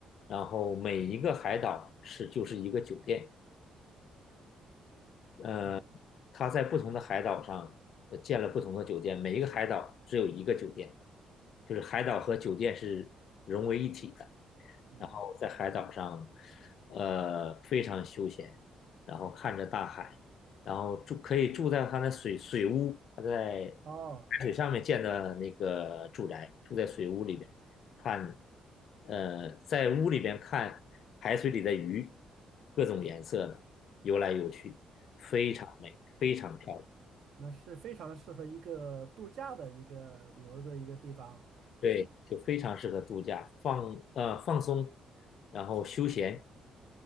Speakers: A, on the left; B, on the right.
A: 然后每一个海岛是就是一个酒店。呃，
B: 啊，
A: 他在不同的海岛上呃建了不同的酒店，每一个海岛只有一个酒店，就是海岛和酒店是融为一体的。
B: 嗯，
A: 然后在海岛上，呃，非常休闲，然后看着大海，然后住可以住在他的水水屋，他在
B: 哦，
A: 海水上面建的那个住宅，住在水屋里边，
B: 嗯
A: 看，呃，在屋里边看海水里的鱼，各种颜色的游来游去，非常美，
B: 嗯，
A: 非常漂亮，
B: 那是非常适合一个度假的一个旅游的一个地方。
A: 对，就非常适合度假，放呃放松，然后休闲，